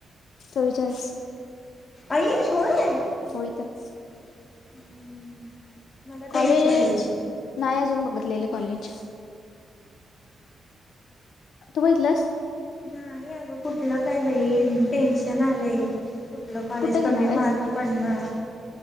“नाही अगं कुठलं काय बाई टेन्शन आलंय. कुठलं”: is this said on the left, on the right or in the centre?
Left